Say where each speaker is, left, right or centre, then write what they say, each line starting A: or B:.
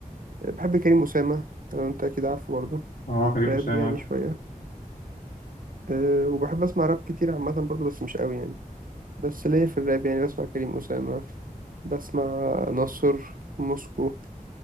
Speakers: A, on the right; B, on the left.
A: بحب كريم أسامة لو أنت أكيد عارفه برضه
B: اه كريم
A: راب
B: اسامه
A: يعني
B: عارف
A: شوية أه وبحب أسمع راب كتير عامة برضه بس مش أوي يعني بس ليا في الراب يعني بسمع كريم أسامة بسمع نصر موسكو